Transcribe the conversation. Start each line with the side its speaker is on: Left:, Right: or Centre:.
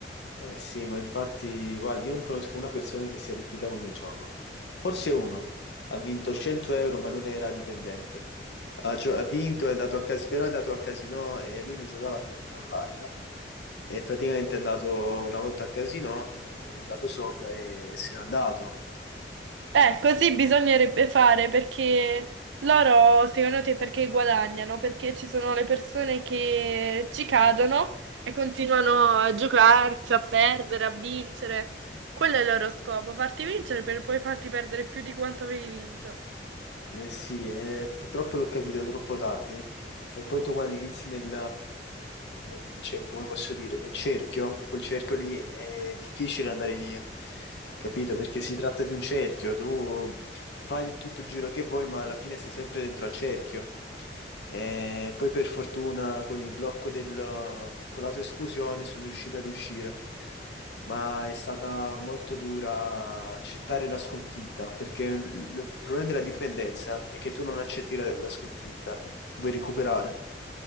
Left: eh sì, ma infatti, guardi, io non conosco una persona che si è arricchita con il gioco. Forse uno ha vinto 100 euro, ma non era dipendente. Ha, gio- ha vinto, è andato al casino, però è andato al casino e lui non giocava al casino online. E praticamente è andato una volta al casino, è andato sopra e se n'è andato.
Right: Eh, così bisognerebbe fare perché loro, secondo te, perché guadagnano? Perché ci sono le persone che ci cadono e continuano a giocarci, a perdere, a vincere. Quello è il loro scopo, farti vincere per poi farti perdere più di quanto avevi vinto.
Left: Eh sì, eh, purtroppo l'ho capito troppo tardi. E poi tu quando inizi nel, nel- cioè, come posso dire, nel cerchio, in quel cerchio lì è difficile andare via, capito? Perché si tratta di un cerchio, tu fai il- tutto il giro che vuoi, ma alla fine sei sempre dentro al cerchio. E poi per fortuna con il blocco del, con l'autoesclusione sono riuscito ad uscire, ma è stata molto dura accettare la sconfitta, perché il il problema della dipendenza è che tu non accetti la, la sconfitta, vuoi recuperare.